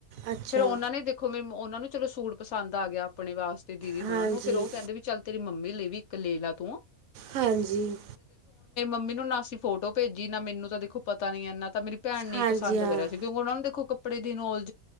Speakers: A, on the right; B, on the left.
A: ਅੱਛਾ
B: ਫੇਰ ਉਹਨਾਂ ਨੇ ਦੇਖੋ ਮੇਰੀ ਮ ਉਹਨਾਂ ਨੂੰ ਚਲੋ ਸੂਟ ਪਸੰਦ ਆ ਗਿਆ ਆਪਣੇ ਵਾਸਤੇ ਦੀਦੀ
A: ਹਾਂਜੀ
B: ਹੁਨਾਂ ਨੂੰ, ਫੇਰ ਉਹ ਕੇਂਦੇ ਵੀ ਚੱਲ ਤੇਰੀ ਮੰਮੀ ਲਈ ਵੀ ਵੀ ਇੱਕ ਲੇ ਲਾ ਤੂ।
A: ਹਾਂਜੀ।
B: ਮੰਮੀ ਨੂੰ ਨਾ ਅਸੀਂ ਫੋਟੋ ਭੇਜੀ ਨਾ ਮੈਨੂੰ ਤਾਂ ਦੇਖੋ ਪਤਾ ਨੀ ਏਨਾ ਤਾਂ ਮੇਰੀ ਪੈਨ ਨੇ
A: ਹਾਂਜੀ
B: ਈ ਪਸੰਦ
A: ਹਾਂ
B: ਕਰਿਆ ਸੀ ਕਿਉਂਕਿ ਉਹਨਾਂ ਨੂੰ ਦੇਖੋ ਕੱਪੜੇ ਦੀ ਨੌਲ